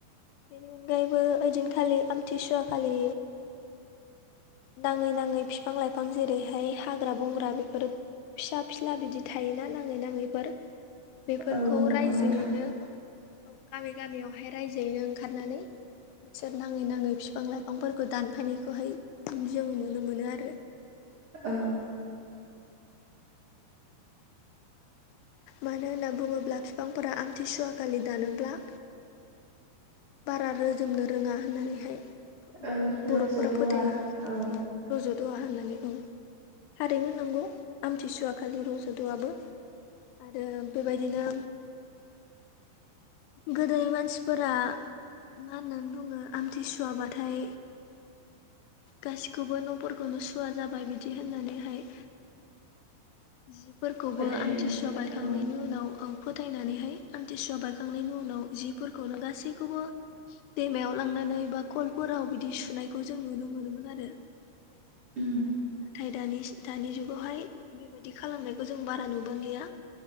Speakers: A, on the left; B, on the right.
A: बेनि अनगायैबो ओइदिनखालि आमथिसुवा खालि नाङै नाङै बिफां लाइफां जेरैहाय हाग्रा बंग्रा बेफोरो फिसा फिस्ला बिदि थायोना नाङै नाङैफोर बेफोरखौ
B: औ नंगौ
A: रायजोयैनो
B: नोंथां
A: गामि गामियावहाय रायजोयैनो ओंखारनानै बिसोर नाङै नाङै फिफां लाइफांफोरखौ दानफायनायखौहाय जों नुनो मोनो आरो।
B: औ
A: मानो होनना बुङोब्ला बिफांफोरा आमथिसुवा खालि दानोब्ला बारा रोजोबनो रोङा होननानैहाय मा
B: औ
A: होनो बर'फोरा
B: रज'द'वा
A: फोथायो।
B: औ
A: रज'द'आ होननानै आ थारैनो नंगौ आमथिसुवा खालि रज'द'आबो आरो बेबायदिनो गोदोनि मानसिफोरा मा होननानै बुङो। आमथिसुवाबाथाय गासिखौबो न'फोरखौनो सुवा जाबाय बिदि होननानैहाय- जिफोरखौबो
B: फोथायोमोन
A: आमथिसुवा बायखांनायनि
B: औ
A: उनाव फोथायनानैहाय आमथिसुवा बायखांनायनि उनाव जिफोरखौनो गासैखौबो दैमायाव लांनानै बा कलफोराव बिदि सुनायखौ जों नुनो मोनोमोन आरो औ
B: उम
A: नाथाय दानि दानि जुगावहाय बेबायदि खालामनायखौ जों बारा नुबांलिया